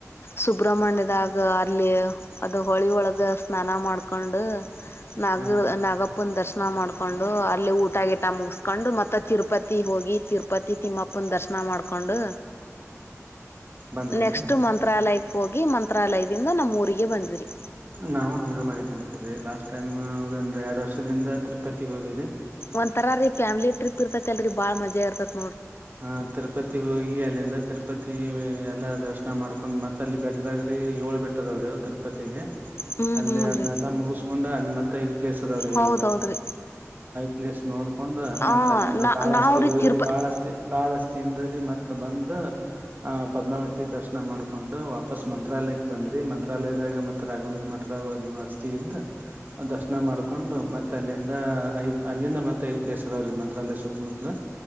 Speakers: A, on the left; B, on the right.
A: ಸುಬ್ರ್ಮಣ್ಯದಾಗ ಅಲ್ಲಿ ಅದು ಹೊಳಿ ಒಳಗ ಸ್ನಾನ ಮಾಡ್ಕೊಂಡು ನಾಗ
B: ಹಾ
A: ನಾಗ ಅಪ್ಪನ ದರ್ಶನ ಮಾಡ್ಕೊಂಡು ಅಲ್ಲಿ ಊಟ ಗಿಟ ಮುಗಸ್ಕೊಂಡು ಮತ್ತ ತಿರುಪತಿ ಹೋಗಿ ತಿರುಪತಿ ತಿಮ್ಮಪ್ಪನ ದರ್ಶನ ಮಾಡ್ಕೊಂಡು
B: ಬಂದ್ರೇನ್ರಿ
A: ನೆಕ್ಸ್ಟ್ ಮಂತ್ರಾಲಯ ಹೋಗಿ ಮಂತ್ರಾಲಯದಿಂದ ನಮ್ಮ್ ಊರಿಗೆ ಬಂದಿದ್ರಿ
B: ನಾವು ಹಂಗ ಮಾಡಿದ್ದ್ವಿ ನೋಡ್ರಿ ಲಾಸ್ಟ್ ಟೈಮ್ಂದ್ರ ಎರಡ್ ವರ್ಷದಿಂದ ತಿರುಪತಿ ಹೋದವ್ರಿ
A: ಒಂತರಾ ರೀ ಫ್ಯಾಮಿಲಿಟ್ರಿಪ್ ಇರ್ತಕಲ್ರಿ ಬಾಳ ಮಜಾ ಇರ್ತತಿ
B: ಹ ತಿರುಪತಿ ಹೋಗಿ ಅಲ್ಲಿಂದ ತಿರು ತಿರುಪತಿ ಎಲ್ಲ ದರ್ಶನ ಮಾಡ್ಕೊಂಡ್ ಮತ್ತ ಅಲ್ಲಿ ಬೆಟ್ಟದಾಗ್ರಿ ಏಳು ಬೆಟ್ಟದವ್ರಿ ತಿರುಪತಿಗೆ
A: ಹ್ಮ್
B: ಅಲ್ಲಿ
A: ಹ್ಮ್
B: ಅದನ್ನಲ್ಲ
A: ರೀ
B: ಮುಗಿಸಕೊಂಡು ಅಲ್ಲಿ ಮತ್ತೆ ತ ಪ್ಲೇಸ್ ಅದಾವ್ರೀ
A: ಹೌದೌದ್ರಿ
B: ಪ್ಲೇಸ್ ನೋಡ್ಕೊಂಡು
A: ಹ
B: ಮತ್ತ ಅಲ್ಲಿಂದ
A: ನಾ
B: ಕಾಳಹಷ್ಟತಿಗೆ
A: ನಾವ್ರೀ
B: ಹೋಗಿರರಿ
A: ತಿರುಪತಿ
B: ಕಾಳಷ್ಟತಿ ಕಾಳಸ್ತಿಿಯಿಂದ ರೀ ಮತ್ತ ಬಂದು ಪದ್ಮಾವತಿ ದರ್ಶನ ಮಾಡ್ಕೊಂಡು ವಾಪಸ್ ಮಂತ್ರಾಲಯಕ್ಕೆ ಬಂದ್ರರಿ ಮಂತ್ರಾಲಯದಾಗ ಮತ್ತೆ ರಾಘವಂದ್ರ ಮಠದಾಗ ಅಸ್ತಿಿ ಇದ್ದ ದರ್ಶನ ಮಾಡ್ಕೊಂಡು ಮತ್ತೆ ಅಲ್ಲಿಂದ ಐದು್ ಅಲ್ಲಿಂದ ಮತ್ತ ಐದು್ ಪ್ಲೇಸ್ ಅಾವ್ರೀ ಮಂತ್ರಾಲಯ ಸುತ್ತಮುತ್ತಲು